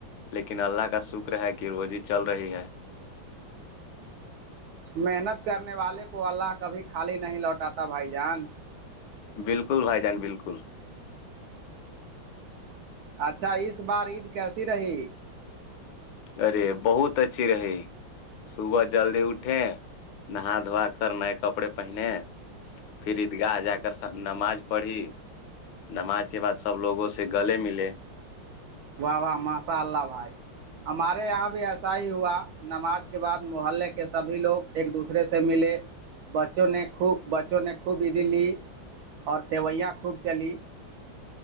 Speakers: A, on the left; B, on the right.
A: لیکن اللہ کا شکر ہے کہ روزی چل رہی ہے
B: محنت کرنے والے کو اللہ کبھی خالی نہیں لوٹاتا بھائی جان
A: بالکل بھائی جان بالکل
B: اچھا اس بار عید کیسی رہی
A: ارے بہت اچھی رہی صبح جلدی اٹھیں نہا دھوا کر نئے کپڑے پہنے پھر عیدگاہ جا کر نماز پڑھی نماز کے بعد سب لوگوں سے گلے ملے
B: واہ واہ ماشاء اللہ بھائی ہمارے یہاں بھی ایسا ہی ہوا نماز کے بعد محلے کے سبھی لوگ ایک دوسرے سے ملے بچوں نے خوب بچوں نے خوب عیدی لی اور سوئیاں خوب چلی